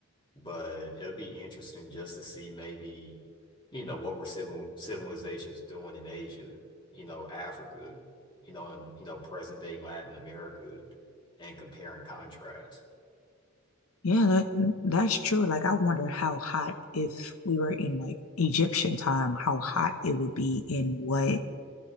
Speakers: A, on the left; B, on the left.
A: but it'll be interesting just to see maybe, you know, what were civil civilizations doing in Asia, you know, Africa, you know, and you know, present day Latin America and compare and contrast.
B: Yeah, that that's true. Like I wonder how hot if we were in like Egyptian time, how hot it would be and what,